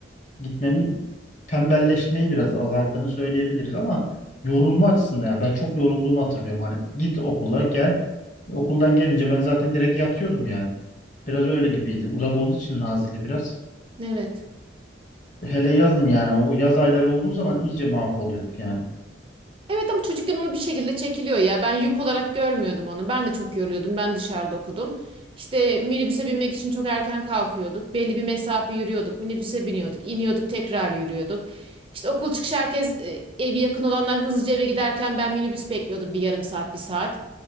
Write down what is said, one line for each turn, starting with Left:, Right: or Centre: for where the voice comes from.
Left: gitmenin tembelleşmeyi biraz azalttığını söyleyebiliriz ama yorulma açısından ya ben çok yorulduğumu hatırlıyorum. Hani git okula gel okuldan gelince ben zaten direkt yatıyordum yani. Biraz öyle gibiydi. Uzak olduğu için Nazilli biraz.
Right: evet.
Left: Hele yazın yani o yaz ayları olduğu zaman iyice mahvoluyorduk yani.
Right: Evet ama çocukken onu bir şekilde çekiliyor ya. Ben yük olarak görmüyordum onu. Ben de çok yoruluyordum. Ben dışarıda okudum. İşte minibüse binmek için çok erken kalkıyorduk. Belli bir mesafe yürüyorduk. Minibüse biniyorduk. iniyorduk tekrar yürüyorduk. İşte okul çıkışı herkes e, evi yakın olanlar hızlıca eve giderken ben minibüs bekliyordum bir yarım saat bir saat